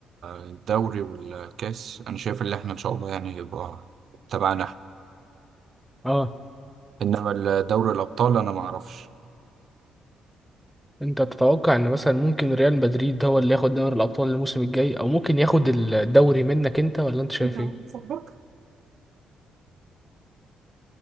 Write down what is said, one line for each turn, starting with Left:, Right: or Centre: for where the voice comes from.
Right: الدوري والكاس انا شايف ان احنا ان شاء الله يعني يبقى تبعنا احنا.
Centre: اه
Right: انما ال- دوري الابطال انا ما اعرفش
Centre: انت تتوقع ان مثلا ممكن ريال مدريد هو اللي ياخد دوري الابطال الموسم الجاي او ممكن ياخد الدوري منك انت ولا انت شايف
Right: انت واحد
Centre: ايه
Right: صاحبك